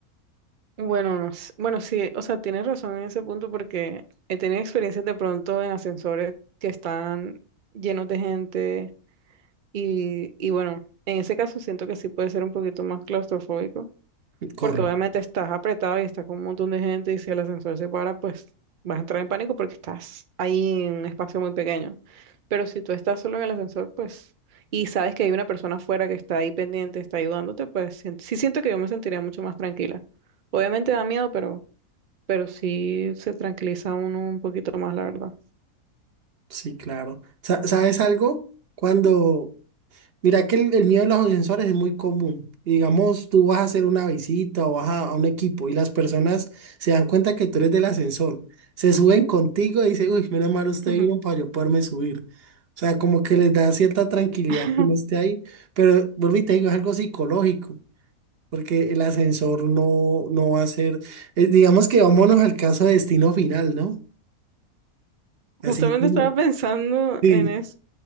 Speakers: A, on the right; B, on the right.
A: Bueno, no sé. Bueno, sí, o sea, tienes razón en ese punto porque he tenido experiencias de pronto en ascensores que están llenos de gente Y, y bueno, en ese caso siento que sí puede ser un poquito más claustrofóbico,
B: Corre.
A: porque obviamente estás apretado y estás con un montón de gente y si el ascensor se para, pues vas a entrar en pánico porque estás ahí en un espacio muy pequeño. Pero si tú estás solo en el ascensor, pues, y sabes que hay una persona afuera que está ahí pendiente, está ayudándote, pues sien- sí siento que yo me sentiría mucho más tranquila. Obviamente da miedo, pero, pero sí se tranquiliza uno un poquito más, la verdad.
B: Sí, claro. Sa- ¿Sabes algo? Cuando, Mira que el, el miedo de los ascensores es muy común. Digamos, tú vas a hacer una visita o vas a, a un equipo y las personas se dan cuenta que tú eres del ascensor. Se suben contigo y dicen, uy, menos mal usted
A: Ujú.
B: vino para yo poderme subir. O sea, como que les da cierta tranquilidad
A: <laughs>
B: que uno esté ahí. Pero vuelvo y te digo, es algo psicológico, porque el ascensor no, no va a ser. eh, digamos que vámonos al caso de destino final, ¿no? Así
A: Justamente
B: como.
A: estaba pensando
B: sí.
A: en eso.